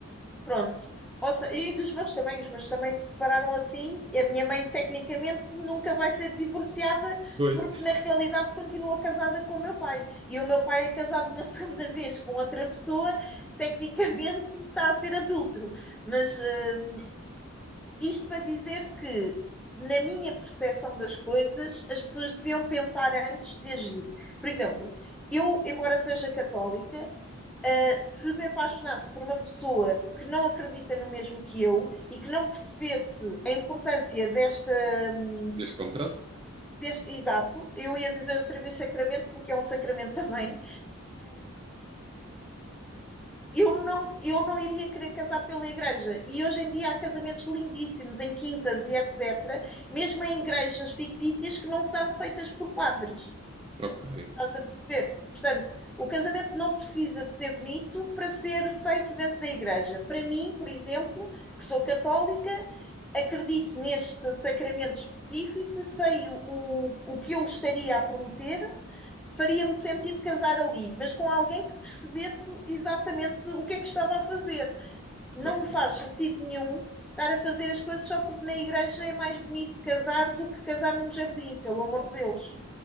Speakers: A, in the centre; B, on the right.
A: Pronto. Ou se- e dos meus também, os meus também se separaram assim. E A minha mãe, tecnicamente, nunca vai ser divorciada,
B: Pois.
A: porque na realidade continua casada com o meu pai. E o meu pai é casado uma <laughs> segunda vez com outra pessoa, tecnicamente está a ser adúltero. Mas hum, isto para dizer que, na minha percepção das coisas, as pessoas deviam pensar antes de agir. Por exemplo, eu, embora seja católica, Uh, se me apaixonasse por uma pessoa que não acredita no mesmo que eu e que não percebesse a importância desta, hum,
B: Deste contrato?
A: deste, exato, eu ia dizer outra vez sacramento porque é um sacramento também, eu não, eu não iria querer casar pela igreja. E hoje em dia há casamentos lindíssimos em quintas e etc., mesmo em igrejas fictícias que não são feitas por padres.
B: Ok,
A: Estás a perceber? Portanto, o casamento não precisa de ser bonito para ser feito dentro da igreja. Para mim, por exemplo, que sou católica, acredito neste sacramento específico, sei o, o, o que eu estaria a prometer, faria-me sentido casar ali, mas com alguém que percebesse exatamente o que é que estava a fazer. Não
B: ok.
A: me faz sentido nenhum estar a fazer as coisas só porque na igreja é mais bonito casar do que casar num jardim, pelo amor de Deus.